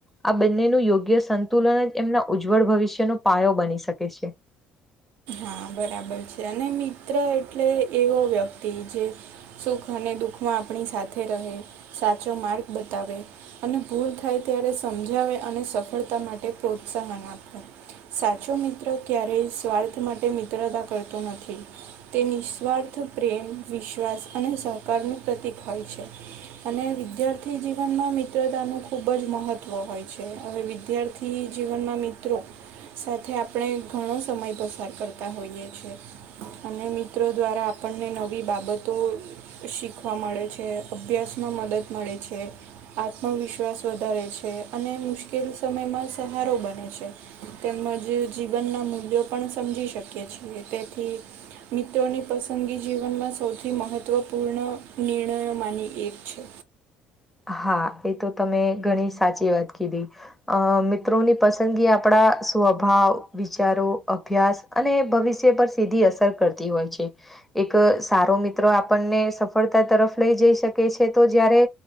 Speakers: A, in the centre; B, on the right.
A: આ બંનેનું યોગ્ય સંતુલન જ એમના ઉજ્જવળ ભવિષ્યનો પાયો બની શકે છે.
B: હા બરાબર છે, અને મિત્ર એટલે એવો વ્યક્તિ જે સુખ અને દુઃખમાં આપણી સાથે રહે સાચો માર્ગ બતાવે અને ભૂલ થાય ત્યારે સમજાવે અને સફળતા માટે પ્રોત્સાહન આપે સાચો મિત્ર ક્યારેય સ્વાર્થ માટે મિત્રતા કરતો નથી તે નિસ્વાર્થ પ્રેમ વિશ્વાસ અને સહકારનું પ્રતિક હોય છે. અને વિદ્યાર્થી જીવનમાં મિત્રતાનું ખૂબ જ મહત્ત્વ હોય છે હવે વિદ્યા થી જીવનમાં મિત્રો સાથે આપણે ઘણો સમય પસાર કર તા હોઈએ છે અને મિત્રો દ્વારા આપણને નવી બાબતો શીખવા મળે છે, અભ્યાસમાં મદદ મળે છે. આત્મવિશ્વાસ વધારે છે અને મુશ્કેલી સમયમાં સહારો બને છે. તેમજ જીવનના મૂલ્યો પણ સમજી શકીએ છીએ તેથી મિત્રોની પસંદગી જીવનમાં સૌથી મહત્ત્વપૂર્ણ નિર્ણયોમાંની એક છે.
A: હા એ તો તમે ઘણી સાચી વાત કીધી. અ મિત્રોની પસંદગી આપણા સ્વભાવ, વિચારો, અભ્યાસ અને ભવિષ્ય પર સીધી અસર કરતી હોય છે. એક સારો મિત્ર આપણને સફળતા તરફ લઈ જઈ શકે છે તો જયારે